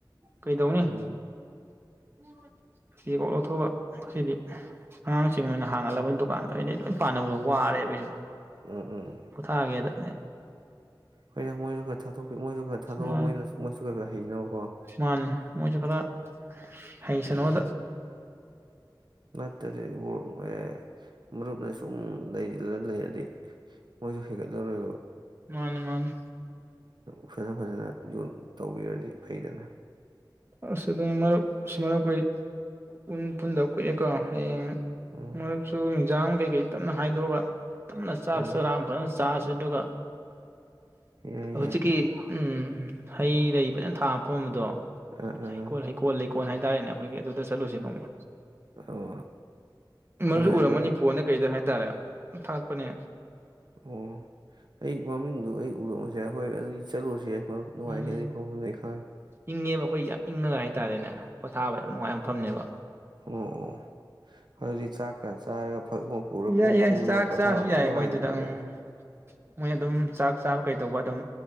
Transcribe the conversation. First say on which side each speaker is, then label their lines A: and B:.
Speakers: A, on the right; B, on the right.
A: ꯀꯩꯗꯧꯅꯤ
B: ꯎꯝ
A: <inaudible> ꯁꯨꯇꯤꯒꯣꯛ ꯂꯧꯊꯣꯛꯑꯒ ꯉꯁꯤꯗꯤ ꯑꯉꯥꯡꯁꯤꯡ ꯑꯣꯏꯅ ꯍꯥꯡꯒꯜꯂꯕꯅꯤ ꯗꯨꯀꯥꯟꯗꯣ ꯑꯩꯅ ꯂꯣꯏ ꯄꯥꯅꯕꯗꯣ ꯋꯥꯔꯦꯕ ꯑꯩꯁꯨ
B: ꯎꯝ ꯎꯝ
A: ꯍꯥꯏꯒꯗ
B: ꯍꯣꯏꯅꯦ ꯃꯣꯏꯁꯨ ꯈꯔ ꯊꯥꯗꯣꯛꯄꯤ ꯃꯣꯏꯁꯨ ꯈꯔ ꯊꯥꯗꯣꯛꯑꯣ
A: ꯃꯥꯅꯤ
B: ꯃꯣꯏꯅꯁꯨ ꯃꯣꯏꯁꯨ ꯈꯔ ꯈꯔ ꯍꯩꯅꯅꯕꯀꯣ
A: ꯃꯥꯅꯤ ꯃꯣꯏꯁꯨ ꯈꯔ ꯍꯩꯁꯅꯣꯗ
B: ꯎꯝ ꯎ ꯅꯥꯇꯥꯗꯤ ꯑꯗꯨꯗꯒꯤ ꯃꯔꯨꯞꯅ ꯁꯨꯝ ꯂꯩ ꯂꯩꯔꯗꯤ ꯃꯣꯏꯁꯨ ꯍꯦꯟꯒꯠꯂꯣꯏꯕ
A: ꯃꯥꯅꯤ ꯃꯥꯅꯤ
B: ꯐꯖ ꯐꯖꯅ ꯌꯣꯟ ꯇꯧꯕꯤꯔꯗꯤ ꯐꯩꯗꯅ
A: ꯑꯁ ꯑꯗꯨꯅ ꯃꯔꯨꯞ ꯑꯩꯈꯣꯏ ꯎꯟ ꯄꯨꯨꯟꯗ ꯀꯨꯏꯔꯦꯀꯣ ꯍꯌꯦꯡ
B: ꯎꯝ
A: ꯃꯔꯨꯞ ꯁꯨ ꯑꯦꯛꯖꯥꯝ ꯀꯩꯀꯩ ꯇꯞꯅ ꯍꯥꯏꯗꯣꯛꯑꯒ ꯇꯞꯅ ꯆꯥꯛ
B: ꯎꯝ
A: ꯆꯔꯥ ꯑꯝ ꯆꯥꯔꯁꯤ ꯑꯗꯨꯒ
B: ꯌꯥꯏ
A: ꯍꯧꯖꯤꯀꯤ
B: ꯌꯥꯏ
A: ꯎꯝ ꯎꯝ ꯍꯩ ꯂꯩ ꯐꯖꯅ ꯊꯥ ꯃꯐꯝ ꯑꯃꯗꯣ
B: ꯑꯥ ꯑꯥ
A: ꯍꯩꯀꯣꯜ ꯍꯩꯀꯣꯜ ꯂꯩ ꯀꯣꯟ ꯍꯥꯏꯇꯥꯔꯅꯦ ꯑꯩꯈꯣꯏꯒꯤ ꯑꯗꯨ ꯆꯠꯂꯨꯁꯤ ꯅꯣꯡꯃ
B: ꯑꯣ
A: ꯃꯔꯨꯞꯁꯨ
B: ꯅꯨꯡꯉꯥꯏꯕ꯭ꯔꯗꯤ
A: ꯎꯔꯝꯃꯅꯤ ꯐꯣꯟꯗ ꯀꯩꯗ ꯍꯥꯏꯇꯥꯔꯦ ꯊꯥꯒꯠꯄꯅꯦ
B: ꯑꯣ ꯑꯩ ꯃꯃꯤꯡꯗꯨ ꯑꯩ <unintelligible> ꯑꯩꯈꯣꯏ ꯆꯠꯂꯨꯔꯁꯦ ꯃꯔꯨꯞ ꯅꯨꯡꯉꯥꯏꯅꯤ
A: ꯎꯝ
B: ꯑꯗꯨꯏ ꯃꯐꯝꯗꯣ ꯑꯩ ꯈꯪ
A: ꯏꯪꯉꯦꯕ ꯑꯩꯈꯣꯏꯖꯦ ꯏꯪꯒ ꯍꯥꯏꯇꯥꯔꯦꯅꯦ ꯄꯣꯊꯥꯕ ꯌꯥꯝ ꯅꯨꯡꯉꯥꯏꯕ ꯃꯐꯝꯅꯦꯕ
B: ꯑꯣ ꯑꯣ ꯑꯗꯨꯗꯤ ꯆꯥꯛ ꯀꯥ ꯆꯥꯔ ꯐꯛ ꯑꯃ ꯄꯨꯔꯒ
A: ꯌꯥꯏ
B: ꯀꯣꯛ
A: ꯌꯥꯏ
B: ꯇꯨꯝꯃ
A: ꯆꯥꯛ
B: ꯄꯊꯥꯔꯨꯔꯗꯤ
A: ꯆꯥꯁꯨ ꯌꯥꯏ
B: ꯅꯨꯡꯉꯥꯏꯗꯨꯏꯅꯤꯅꯦ
A: ꯃꯣꯏꯗꯨꯗ ꯎꯝ ꯃꯣꯏ ꯑꯗꯨꯝ ꯆꯥꯛ ꯆꯥꯕ ꯀꯩ ꯇꯧꯕ ꯑꯗꯨꯝ